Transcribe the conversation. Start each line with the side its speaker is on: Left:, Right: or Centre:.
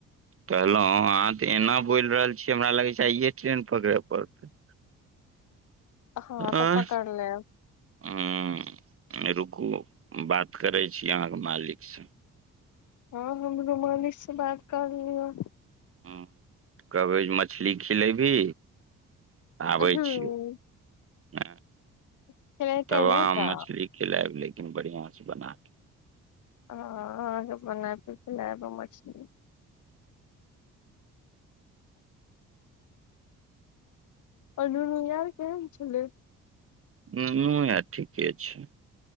Right: कहलौं अहाँ त एना बोइल रहल छियै हमरा लगै छैय आइये ट्रेन पकड़य पड़तै।
Left: हँ
Right: आँ।
Left: तऽ पकड़ लेब
Right: हुं रुकू बात करै छी अहाँके मालिक स।
Left: हॉं हमरो मालिक स बात क लियऽ।
Right: हुं कबय मछली खिलेयभी। आबै
Left: हूँ
Right: छियौ ह
Left: खेलेतै
Right: तब
Left: नहि
Right: आहॉं
Left: तऽ
Right: मछली खिलायब लेकिन बढ़ियां से बनाके।
Left: हॉं अहाँके बना केऽ खिलैब मछली। अ नुनू यार केहन छलै।
Right: नुनू यार ठीके छैय।